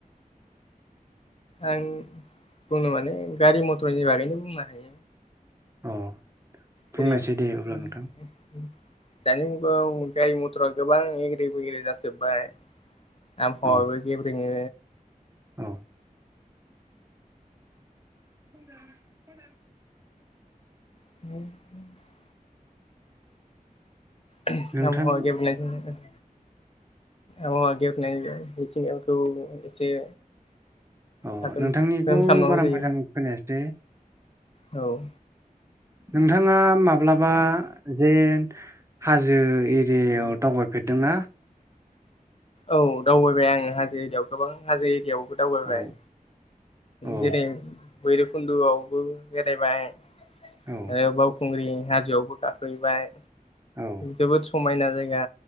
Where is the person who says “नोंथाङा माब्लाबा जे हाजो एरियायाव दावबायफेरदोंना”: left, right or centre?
Right